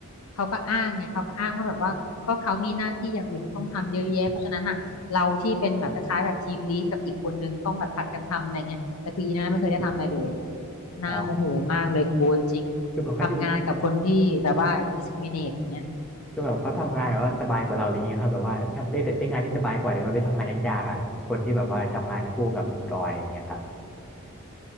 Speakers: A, on the left; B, in the centre.
A: เขาก็อ้างไงเขาก็อ้างว่าแบบว่าก็เขามีหน้าที่อย่างอื่นที่ต้องทำเยอะแยะเพราะฉะนั้นอ่ะเราที่เป็นแบบคล้ายๆแบบทีมลีดกับอีกคนนึงต้องแบบผัดกันทำอะไรเงี้ยแต่คืออีน่าไม่เคยได้ทำอะไรเลยน่าโมโหมากเลยคุณโบ๊ทจริง
B: อ่าคือแบบเขาอยู่
A: ทำงานกับคนที่แบบว่า discriminate เนี้ย
B: คือแบบเขาทำงานแบบว่าสบายกว่าเราอะไรเงี้ยครับแบบว่าทำได้ได้งานที่สบายกว่าเดี๋ยวเราได้ทำงานยากๆอ่ะคนที่แบบว่าทำงานคู่กับคุณออยอย่างเงี้ยครับ